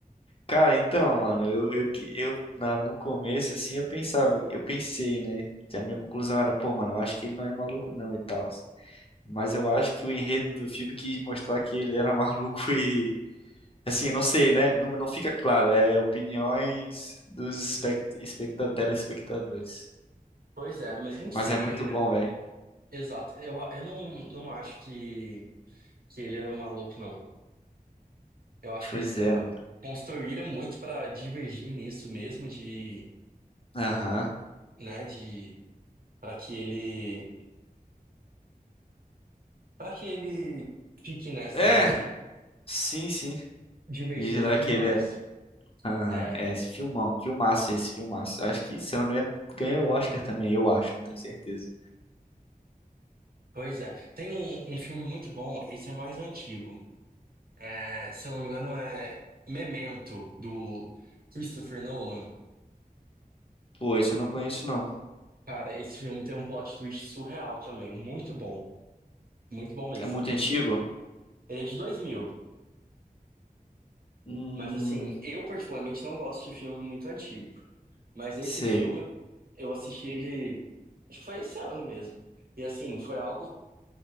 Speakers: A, on the left; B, on the right.
A: Cara, então, mano, eu, eu, que- eu na, no começo, assim, eu pensava, eu pensei, né? A minha conclusão era, pô, mano, eu acho que ele não é maluco, não, e tal. Mas eu acho que o enredo do filme quis mostrar que ele era <laughs> maluco e. Assim, não sei, né? Não, não fica claro. É opiniões dos espect, especta, telespectadores.
B: Pois é, mas não sei.
A: Mas é muito
B: é-
A: bom,
B: é-
A: velho.
B: exato. Eu, eu não, não acho que, que ele era um maluco, não. Eu acho que
A: Pois
B: eles co-
A: é, mano.
B: construíram muito para divergir nisso mesmo de,
A: Aham.
B: né, de para que ele para que ele fique nessa
A: É,
B: de
A: sim, sim.
B: divergir
A: Vídeo
B: as
A: lá
B: opiniões.
A: que ele era. Aham.
B: É,
A: É, esse filmão. Filmaço esse, filmaço. Eu Acho que, se eu não me engano, ganhou o Oscar também, eu acho, não tenho certeza.
B: pois é. Tem um, um filme muito bom, esse é mais antigo. É, se eu não me engano é Memento do Christopher Nolan.
A: Pô, esse eu não conheço, não.
B: Cara, esse filme tem um plot twist surreal também, muito bom, muito bom mesmo.
A: É muito antigo?
B: Ele é de dois mil.
A: Hum,
B: mas assim, eu particularmente não gosto de filme muito antigo. Mas esse
A: sei.
B: filme, eu assisti ele, acho que foi esse ano mesmo. E assim, foi algo